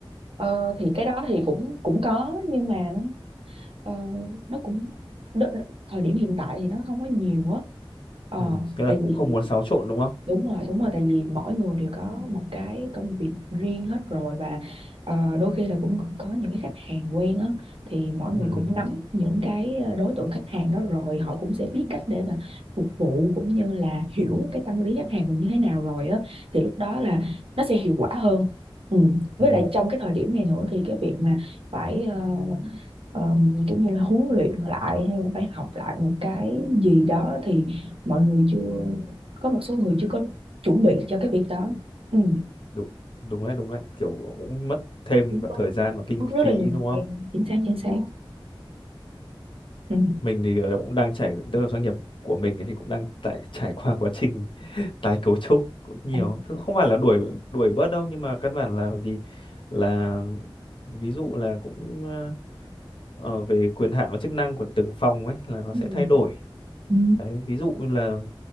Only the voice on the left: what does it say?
Ừ, thế là
cũng
không muốn xáo trộn đúng không?
Kiểu-
Ừ,
ừ,
đúng, đúng đấy, đúng đấy. Kiểu cũng mất thêm
cả
thời gian và kinh
phí
đúng
không?
Mình thì ờ, cũng đang trải, tức là doanh nghiệp của mình thì cũng đang tại trải qua quá trình <laughs> tái cấu trúc cũng nhiều.
Thứ không phải là đuổi đuổi bớt đâu, nhưng mà căn bản là gì? Là ví dụ là cũng ờ, ờ, về quyền hạn và chức năng của từng phòng ấy là nó
sẽ thay đổi.
Đấy, ví dụ như là